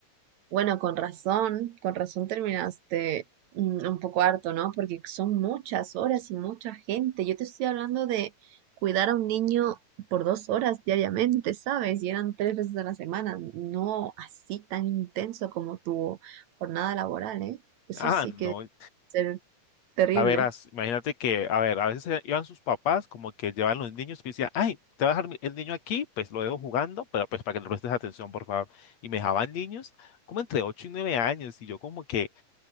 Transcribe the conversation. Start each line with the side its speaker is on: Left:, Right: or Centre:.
Right: bueno, con razón, con razón terminaste mm, un poco harto, ¿no? Porque son muchas horas y mucha gente. Yo te estoy hablando de cuidar a un niño por dos horas diariamente, ¿sabes? Y eran tres veces a la semana, no así tan intenso como tu jornada laboral, ¿eh? Eso
Left: Ah,
Right: sí
Left: no.
Right: que debe ser terrible.
Left: A verás, imagínate que, a ver, a veces eh, iban sus papás, como que llevan los niños, que decían, ay, te voy a dejar mi- el niño aquí, pues lo dejo jugando, pero pues para que le prestes atención, por favor. Y me dejaban niños como entre 8 y 9 años, y yo como que,